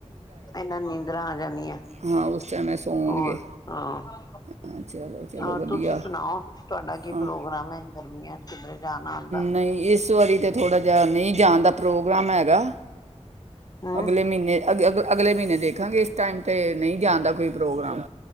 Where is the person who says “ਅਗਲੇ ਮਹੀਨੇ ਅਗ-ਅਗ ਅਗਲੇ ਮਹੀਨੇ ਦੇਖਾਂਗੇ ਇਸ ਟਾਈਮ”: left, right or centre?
Right